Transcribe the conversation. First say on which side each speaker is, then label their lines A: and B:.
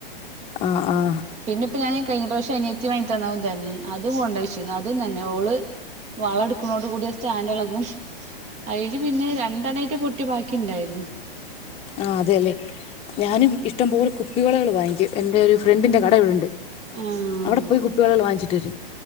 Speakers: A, on the left; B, on the right.
A: ആഹ് ആഹ്
B: പിന്നെപ്പൊ ഞാൻ ഈ കഴി ഞ്ഞ ത്തി വാങ്ങിത്തന്നതും തന്നെ അതും കൊണ്ടചീന്ന് അതും തന്നെ ഓള് വള എടുക്കുന്നോടു കൂടിയ സ്റ്റാൻഡ് ഇളകും അയ്ല് പിന്നെ രണ്ടെണയിറ്റ പൊട്ടി ബാക്കി ഉണ്ടായിരുന്നു
A: ആഹ് അതെല്ലെ ഞാനും ഇഷ്ടംപോലെ കുപ്പിവളകള് വാങ്ങിക്കും എൻന്റെറെ ഒരു ഫ്രണ്ടിന്റെ കടഇവിടെ ണ്ട്
B: ആഹ്
A: അവിടെ പോയി കുപ്പികളൾ വാങ്ങിച്ചിട്ട് വരും